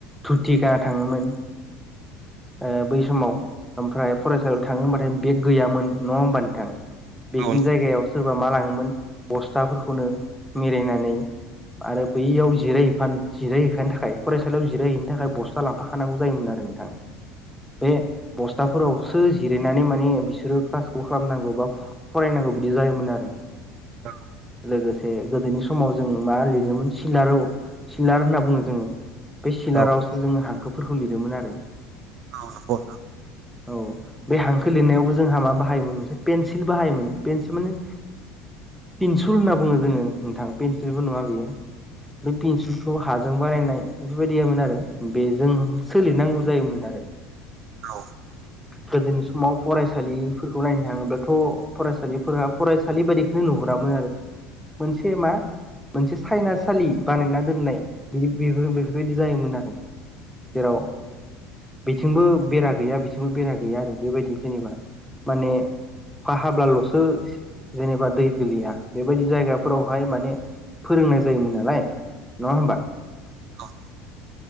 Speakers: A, in the centre; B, on the right (about 55°).
A: दुथि गाना थाङोमोन ओ बै समाव ओमफ्राय फरायसालियाव थाङो हमबाथाय बेग गैयामोन नङा होमब नोंथां
B: औ
A: बेकनि
B: औ नंगौ नोंथां औ
A: जायगायाव सोरबा मा लाङोमोन बस्थाफोरखौनो मेरायनानै आरो बैयाव जिरायहैफा जिरायहैफानो थाखाय फरायसालियाव जिरायहैनो थाखाय बस्था लांफाखानांगौ जायोमोन आरो ओ नोंथां बे बस्थाफोरावसो जिरायनानै माने बिसोरो क्लासखौ खालामनांगौ बा फरायनांगौ बिदि जायोमोन आरो
B: औ
A: लोगोसे गोदोनि समाव जों मा लिरोमोन सिलाराव सिलार होनना बुङो जोङो बे सिलारावसो
B: ओं ओं औ
A: जोङो हांखोफोरखौ लिरोमोन आरो
B: औ नोंगौ नोंथां
A: औ बे हांखो लिरनायावबो जोंहा मा बाहायोमोन मोनसे पेन्सिलबो बाहायोमोन पेनसि माने पिन्सुल होनना बुङो जोङो नोंथां पेन्सिलबो नङा बियो बे पेन्सिलखौ हाजों बानायनाय बेफोरबायदियोन आरो बेजों सोलिनांगौ जायोमोन आरो
B: औ
A: गोदोनि समाव फरायसालि फोरखौहाय नायनो थाङोब्लाथ' फरायसालिफोरा फरायसालि बायदिखौनो नुहोरामोन आरो मोनसे मा मोनसे सायनासालि बानायना दोननाय बिदि बे-बेफोरबायदि जायोमोन आरो जेराव बिथिंबो बेरा गैया बेथिंबो बेरा गैया आरो बेबायदि जेनेबा माने अखा हाब्लाल'सो जेनेबा दै गोलैया बेबायदि जायगाफोरावहाय माने फोरोंनाय जायोमोन नालाय, नङा होमबा?
B: औ नंगौ